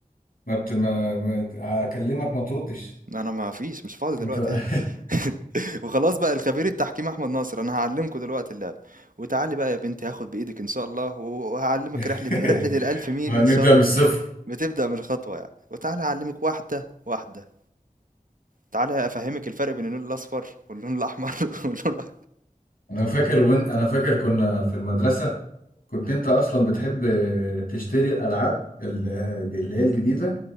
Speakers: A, on the left; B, on the right.
A: ما بت ما ما- اكلمك ما تردش
B: أنا ما فيش مش فاضي
A: انت
B: دلوقتي
A: بقى.
B: يعني، <laughs> وخلاص بقى الخبير التحكيم أحمد ناصر، أنا هاعلّمكم دلوقتي اللعبة، وتعالي بقى يا بنتي هاخد بإيدِك إن شاء الله و وهاعلّمِك
A: <laughs>
B: رحلة رحلة ال1000 ميل
A: هنبدأ
B: إن شاء
A: من الصفر
B: بتبدأ من الخطوة يعني وتعالى أعلمك واحدة واحدة تعالى أفهمك الفرق بين اللون الأصفر واللون الأحمر <laughs> واللون الأ-
A: انا فاكر وين انا فاكر كنا في المدرسة كنت انت اصلا بتحب تشتري الالعاب ال- اللي هي الجديدة